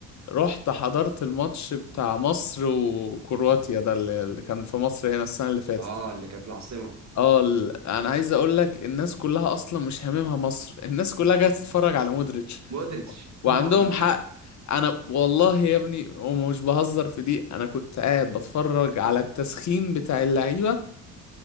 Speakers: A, on the left; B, on the right.
A: رحت حضرت الماتش بتاع مصر وكرواتيا ده اللي اللي كان في مصر هنا السنة اللي فاتت
B: اه اللي كان في العاصمة
A: اه ال- انا عايز اقول لك الناس كلها اصلا مش هاممها مصر الناس كلها جايه تتفرج على مودريتش
B: مودريتش
A: وعندهم
B: طبعا
A: حق انا والله يا ابني ومش بهزر في دي انا كنت قاعد بتفرج على التسخين بتاع اللعيبة